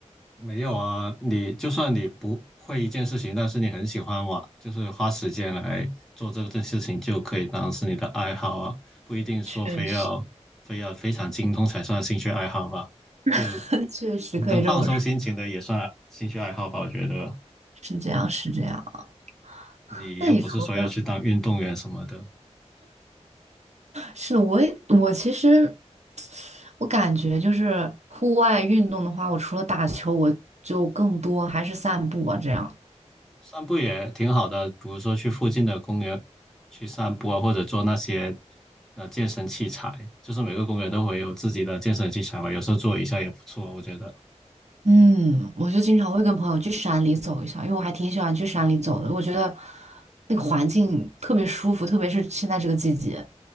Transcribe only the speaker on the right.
确实。
<laughs> 确实可以这么说，
是这样，是这样。
那你除了是的我也我其实我感觉就是户外运动的话，我除了打球，我就更多还是散步啊这样。
嗯，我就经常会跟朋友去山里走一下，因为我还挺喜欢去山里走的，我觉得那个环境特别舒服，特别是现在这个季节。